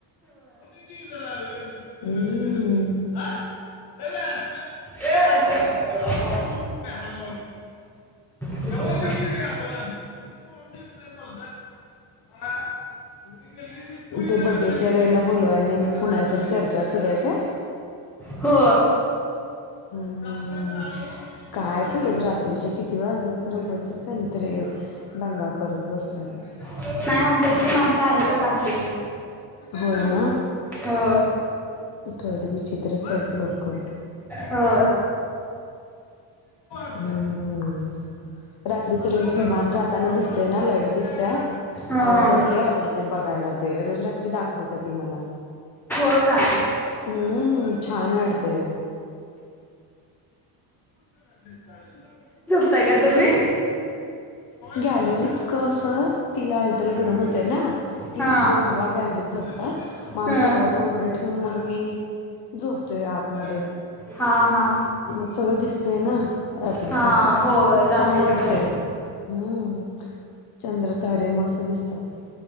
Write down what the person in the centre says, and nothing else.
ते अचछा <unintelligible>
होय
हो
नाही आमच्या इथे माणसं आहेतच असे
हो
हो
हो
हो का
अकादमी
हा
हा
हा हा
हा होय रात्रीचं